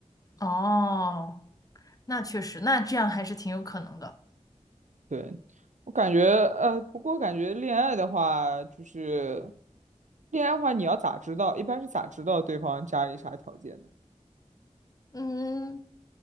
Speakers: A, on the left; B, on the right.
A: 哦，那确实，那这样还是挺有可能的。
B: 对，我感觉，呃，不过感觉恋爱的话，就是恋爱的话，你要咋知道？一般是咋知道对方家里啥条件的？
A: 嗯，